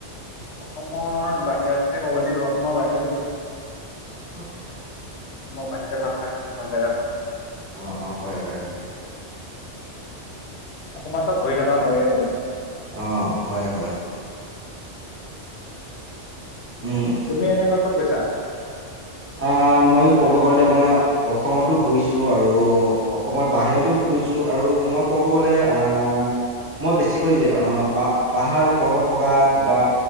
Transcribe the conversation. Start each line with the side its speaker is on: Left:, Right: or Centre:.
Left: অসমৰ বাহিৰতে কব লাগিব অসমৰ বাহিৰতে গৈছোঁ।
Right: অ', অ',
Left: মই বাহিৰতে ভাল লাগে কিছুমান জেগাত।
Right: অ অ হয় হয় হয়।
Left: অসমতটো ঘৰি থকা হয়ে আৰু।
Right: অ হয় হয়। উম
Left: তুমি এনে ক'ত ক'ত গৈছা?
Right: অ মইয়ো ক'ব গলে মই। অসমতো ঘুৰিছো আৰু অসমৰ বাহিৰতো ঘুৰিছো আৰু মই ক'ব গ'লে আহ। মই বেছিকৈ যে পাহ পাহাৰ পৰ্বত থকাত বা।